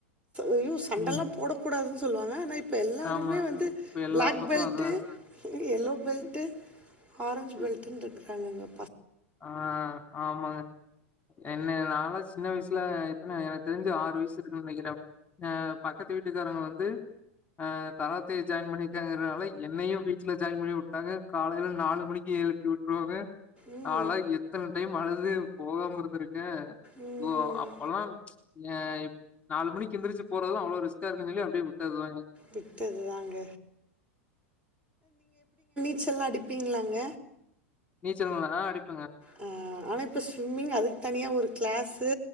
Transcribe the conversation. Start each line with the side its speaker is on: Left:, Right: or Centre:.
Right: ஐயோ சண்டல்லா
Left: ம்
Right: போடக்கூடாதுன் சொல்வாங்க ஆனா இப் ப எல்லாருமே
Left: ஆமா
Right: வந்து
Left: இப்ப எல்லா
Right: பிளாக்
Left: பக்கம்
Right: பெல்டு,
Left: அதா
Right: எல்லோ பெல்டு, ஆரஞ் பெல்டுனு இருக் காங்ககோ
Left: ஆஹ் ஆமாங்க என்ன நாலா சின்ன வயசுல எத்தன எனக்கு தெருஞ்சு ஆறு வயசு இருக்குன் நெனைக்கற. அஹ் பக்கத்து வீட்டுக்காரங்க வந்து அஹ் கராத்தே ஜாயின் பண்ணிக்காங்கறனால என்னயு வீட்ல ஜாயின் பண்ணிவுட்டாங்க. காலைல நாலு மணிக்கு எழுப்பி உட்டுருவாங்க
Right: ம்,
Left: நாலா எத்தன டைம் அழுது போகாம இருந்திருக் கே
Right: ம்,
Left: ஒ அப்பல்லா எ நாலு மணிக்கெந்திரிச்சு போறதெல்லா அவ்ளோ ரிஸ்க்கா இருக்குஞ்சொல்லி அப்டியே உட்டத்தாங்க.
Right: விட்டது தாங்க நீச்சல்லா அடிப்பீங்ளாங்க
Left: நீச்சல் <unintelligible> ஆ அடிப்
Right: ஆ ஆனா இப்ப சும்மிங் அதுக் தனியா ஒரு கிளாஸு